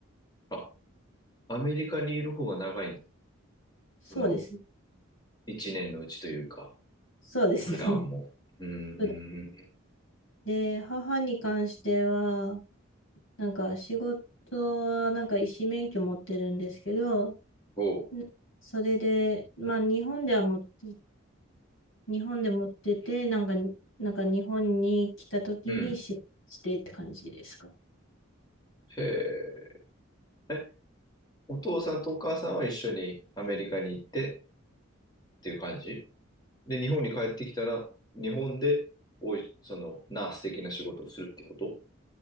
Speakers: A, on the left (about 20°); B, on the left (about 65°).
A: あ、アメリカにいる方が長いんだ。
B: そうですね。
A: その、一年のうちというか、
B: <laughs> そうですね。
A: 普段も。うーん。
B: <laughs> 普段で、母に関しては、なんか仕事はなんか医師免許持ってるんですけど、
A: おう。
B: なそれで、まあ日本では持って、日本で持ってて、なんか、なんか日本に来た時に仕事してって感じですかね。
A: うん。へえ。お父さんとお母さんは一緒にアメリカに行ってっていう感じで、日本に帰ってきたら、日本で、おい、その、ナース的な仕事をするってこと